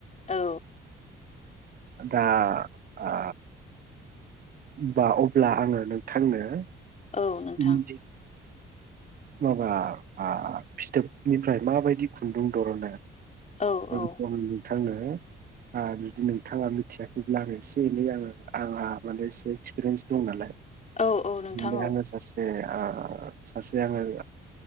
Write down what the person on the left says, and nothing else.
औ।
औ नोंथां।
औ
औ
औ औ नोंथां
औ